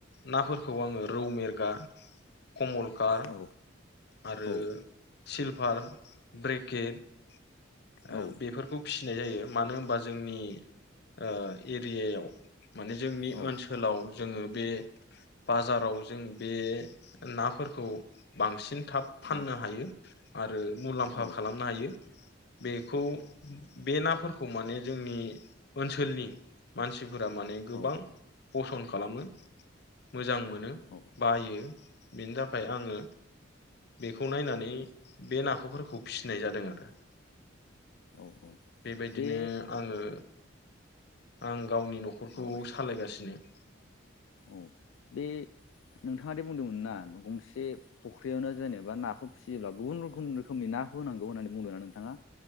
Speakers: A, on the left; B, on the left.
A: नाफोरखौ आङो रौ मेरगा कमलकार
B: औ
A: आरो
B: औ
A: सिलभार ब्रेकेट ओ
B: औ
A: बेफोरखौ फिसिनाय जायो मानो होनबा जोंनि ओ एरियायाव माने जोंनि
B: औ
A: ओनसोलाव जोङो बे बाजाराव जों बे नाफोरखौ बांसिन थाब फाननो
B: औ
A: हायो। ओ मुलामफा
B: औ
A: खालामनो हायो बेखौ बे नाफोर खौ माने जोंनि ओनसोलनि मानसिफोरा माने गोबां
B: औ
A: फसन्द खालामो मोजां मोनो
B: औ
A: बायो बेनि थाखाय आङो बेखौ नायनानै बे नाखौफोरखौ फिसिनाय जादों आरो।
B: औ औ
A: बेबायदिनो
B: बे
A: आङो आं गावनि न'खरखौ
B: माबागासिनो
A: सालायगासिनो।
B: औ बे नोंथाङा दिे बुंदोंमोन ना गंसे फुख्रियावनो जेनेबा नाखौ फिसियोब्ला गुबुन रोखोम रोखोमनि ना होनांगौ होननानै बुंदों ना नोंथाङा?